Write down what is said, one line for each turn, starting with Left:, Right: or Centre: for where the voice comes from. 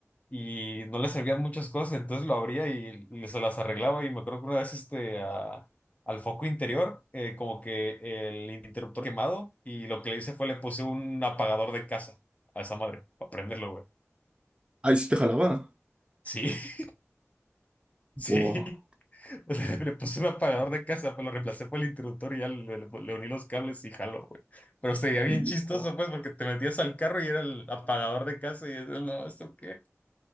Left: y no le servían muchas cosas, entonces lo abría y, y se las arreglaba. Y me acuerdo que una vez, este, a- al foco interior, eh, como que el interruptor quemado, y lo que le hice fue le puse un apagador de casa a esa madre, para prenderlo, güey.
Right: Ahí sí te jalaba.
Left: Sí, <laughs> sí.
Right: Wow.
Left: <laughs> O sea, le puse un apagador de casa, pues lo reemplacé por el interruptor y ya le, le- le uní los cables y jaló, güey. Pero sería bien
Right: Wow.
Left: chistoso, pues, porque te metías al carro y era el apagador de casa y dices, no, ¿esto qué?